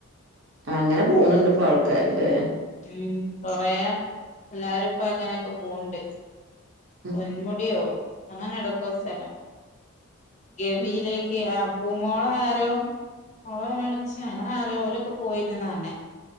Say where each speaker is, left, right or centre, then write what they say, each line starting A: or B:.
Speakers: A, on the right (about 60°); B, on the left (about 35°).
A: അങ്ങനെ പോണ്ണ്ട് ഇപ്പൊ ആൾക്കാര്ലേ
B: ഉം കൊറയെ എല്ലാരുപ്പോ അങ്ങനെയൊക്കെ പോണ്ട്
A: ഉം
B: പൊന്മുടിയോ അങ്ങനെ എടക്കോ സ്ഥലം ഗവീലേക്ക് ആ പൂമോളെ ആരോ ഓളെ എളേച്ചിയോ വെറെ ആരോ ഓലൊക്കെ പോയിന് ന്നാ പർഞ്ഞെ